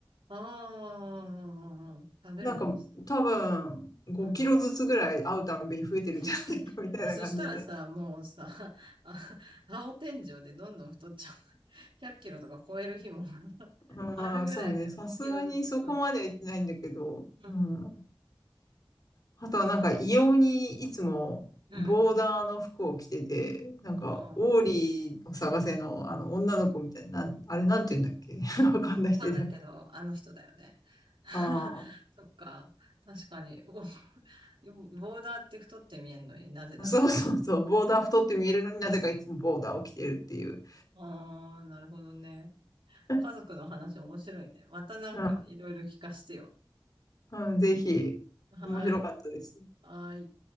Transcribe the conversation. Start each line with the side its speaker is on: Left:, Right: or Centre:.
Right: あ、ああ、食べるのが好き
Left: なんか多分5キロずつぐらい会うたんびに増えてるんじゃないかみたいな感じで。
Right: うん。<laughs> そしたらさ、もうさ、<laughs> あ、青天井でどんどん太っちゃう。<laughs> 100キロとか超える日も <laughs>
Left: ああ、
Right: あるぐらいで5キロずつ太ってたら。
Left: そうね。さすがにそこまでは行ってないんだけど、
Right: うん。
Left: うん。あとはなんか異様にいつもボーダーの服を着てて、
Right: うん。
Left: なんかオーリーを探せのあの女の子みたいな、
Right: もう、
Left: なんあれなんて言うんだっけ <laughs> わかんないけど。
Right: わかんないけど、あの人だよね。<laughs>
Left: あ
Right: そっか。確かに。おボーダーって太って見えるのになぜだろ
Left: あ、そうそうそう。ボーダー太って見えるのになぜかいつもボーダーを着てるっていう。
Right: う。ああ、なるほどね。
Left: <laughs>
Right: 家族の話面白いね。またなんかいろいろ聞かせてよ。
Left: うん、うん、ぜひ、
Right: はーい。
Left: 面白かったです。
Right: はーい。